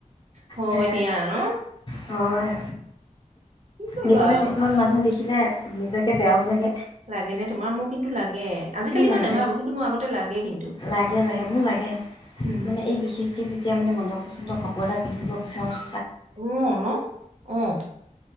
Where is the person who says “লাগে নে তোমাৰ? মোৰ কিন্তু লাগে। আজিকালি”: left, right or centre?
Right